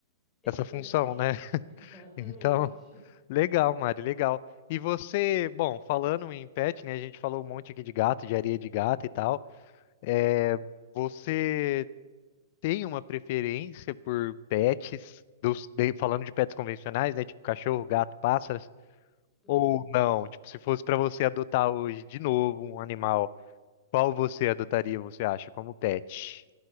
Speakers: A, on the left; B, on the left.
A: Esse
B: essa
A: serviço.
B: função, né? <laughs>
A: <laughs> Exatamente.
B: Então, legal, Mari, legal. E você, bom, falando em pet, né? A gente falou um monte aqui de gato, de areia de gato e tal. É, você tem uma preferência por pets, dos, de- falando de pets convencionais, né? Tipo cachorro, gato, pássaros?
A: Uhum.
B: Ou não? Tipo, se fosse pra você adotar hoje de novo um animal. Qual você adotaria, você acha, como pet?